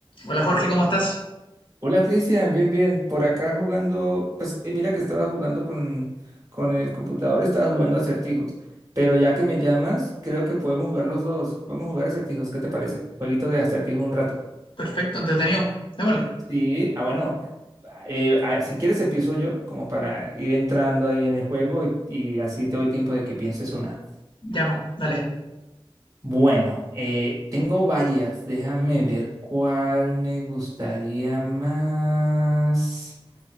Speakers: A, on the left; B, on the right.
A: Hola Jorge, ¿cómo estás?
B: Hola Cristian, bien, bien. Por acá jugando, pues eh, mira que estaba jugando con, con el computador, estaba jugando acertijos. Pero ya que me llamas, creo que podemos jugar los dos. Vamos a jugar acertijos, ¿qué te parece? Jueguito de acertijos un rato.
A: Perfecto, entretenido. Démosle.
B: Sí, ah bueno. ah, eh, ah, si quieres empiezo yo, como para ir entrando ahí en el juego y, y así te doy tiempo de que pienses una.
A: Ya, pues, dale.
B: Bueno, eh, tengo varias. Déjame ver cuál me gustaría más.